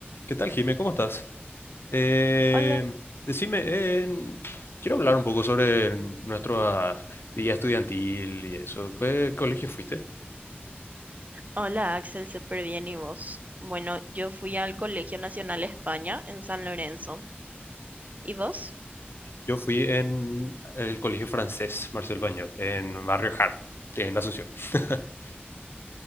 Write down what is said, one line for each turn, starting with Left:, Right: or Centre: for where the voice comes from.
Left: ¿Qué tal, Jime? ¿Cómo estás? Eh,
Right: Hola,
Left: decime, en- quiero hablar un poco sobre nuestra vida estudiantil y eso. ¿Qué colegio fuiste?
Right: hola Axel, súper bien, ¿y vos? Bueno, yo fui al Colegio Nacional España en San Lorenzo. ¿Y vos?
Left: Yo fui en el colegio francés Marcel Pagnol, en Barrio Hart, en Asunción. <laughs>